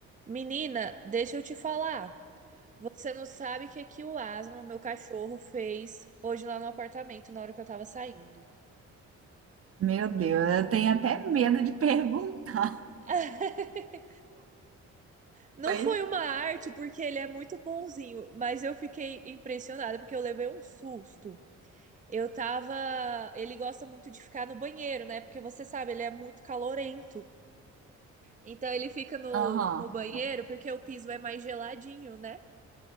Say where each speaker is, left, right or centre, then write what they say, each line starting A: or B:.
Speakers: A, on the right (about 25°); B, on the right (about 50°).
A: Menina, deixa eu te falar. Você não sabe o que que o Aslan, meu cachorro, fez hoje lá no apartamento na hora que eu tava saindo.
B: Meu Deus, eu tenho até medo de perguntar.
A: <laughs> Não
B: Foi.
A: foi uma arte, porque ele é muito bonzinho, mas eu fiquei impressionada porque eu levei um susto. Eu tava. Ele gosta muito de ficar no banheiro, né? Porque você sabe, ele é muito calorento. Então ele fica no,
B: Aham.
A: no banheiro porque o piso é mais geladinho, né?